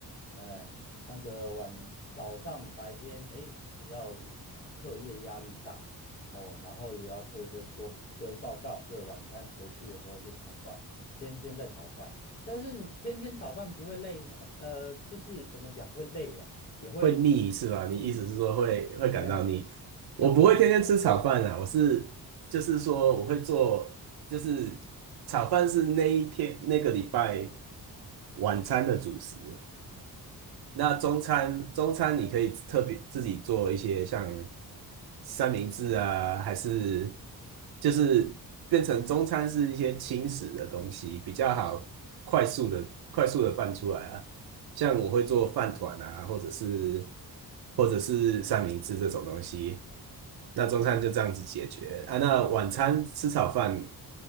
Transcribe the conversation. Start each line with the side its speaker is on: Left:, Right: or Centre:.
Left: 呃，那个晚早上白天诶要课业压力大哦，然后也要做一些多堆报告，所以晚餐回去的时候就炒饭，天天在炒饭。但是天天炒饭不会累吗？呃，就是怎么讲会累啊？也会
Right: 会腻是吧？你意思是说会会感到腻？
Left: 腻，嗯，
Right: 我不会天天吃炒饭啊，
Left: 要换口味
Right: 我是就是说我会做，就是炒饭是那一天那个礼拜晚餐的主食，那中餐，中餐你可以特别自己做一些像三明治啊，还是就是变成中餐是一些轻食的东西，比较好快速的快速的拌出来啊。像我会做饭团啊，或者是或者是三明治这种东西。那中餐就这样子解决啊。那晚餐吃炒饭